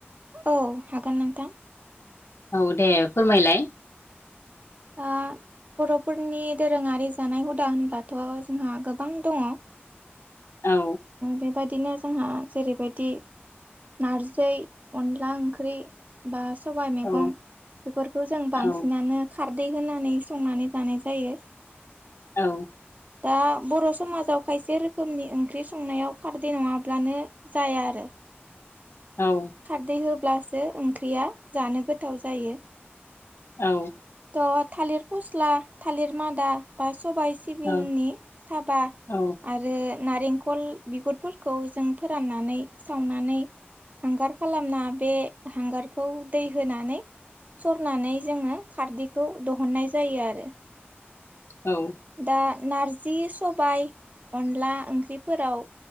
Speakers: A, on the right; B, on the left.
A: औ हागोन नोंथां
B: औ दे फोरमायलाय <unintelligible>
A: ओ बरफोरनि दोरोंङारि जानाय हुदा होनब्लाथ जोंहा गोबां दंङ
B: औ
A: बेबादिनो जोंहा जेरैबायदि नारजै अनला ओंख्रि बा सबाय मैगं
B: औ
A: बेफोरखौ जों बांसिनानो
B: औ
A: खारदै होनानै संनानै जानाय जायो
B: औ
A: दा बर समाजाव खायसे रोखोमनि ओंख्रै संनायाव खारदै नंङाब्लानो जाया आरो
B: औ
A: खारदै होब्लासो ओंख्रिया जानो गोथाव जायो
B: औ
A: तह थालिर फस्ला थालिर मादा बा सबाय सिबिंनि
B: औ
A: साबा
B: औ
A: आरो नारेंखल बिगुरफोरखौ जों फोराननानै सावनानै हांगार खालामना बे हांगारखौ दै होनानै सरनानै जोंङो खारदैखौ दहननाय जायो आरो
B: औ
A: दा नारजि सबाय अनला ओंख्रिफोराव